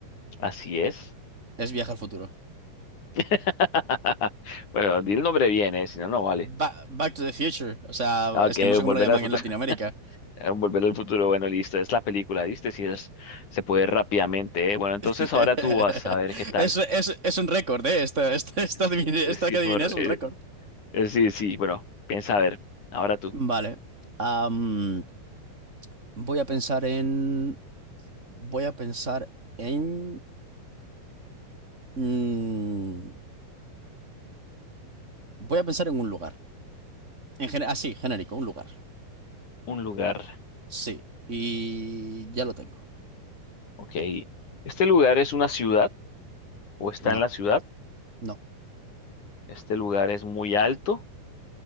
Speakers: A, on the left; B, on the right.
A: Así es.
B: Es Viaje al futuro.
A: <laughs> Bueno, di el nombre bien, eh, si no, no vale.
B: Ba- Back to the Future. O sea,
A: Ah,
B: es
A: que
B: que no sé
A: Volver
B: cómo lo llaman
A: al futuro.
B: en Latinoamérica.
A: <laughs> Eh, Volver al futuro, bueno, listo, es la película, ¿viste? Si es, se puede rápidamente, eh. Bueno, entonces
B: <laughs>
A: ahora tú vas a ver qué tal.
B: Es, es- es un récord, ¿eh? Esta, esta, esta
A: Sí,
B: adivin- esta
A: sí,
B: que adiviné
A: por,
B: es un
A: eh,
B: récord.
A: eh, sí, sí, bueno, piensa a ver. Ahora tú,
B: Vale. Am, voy a pensar en. Voy a pensar en. Mm, voy a pensar en un lugar. En gen- así, genérico, un lugar.
A: un lugar,
B: Sí. Y ya lo tengo.
A: ok. ¿Este lugar es una ciudad o está
B: No,
A: en la ciudad?
B: no.
A: ¿Este lugar es muy alto?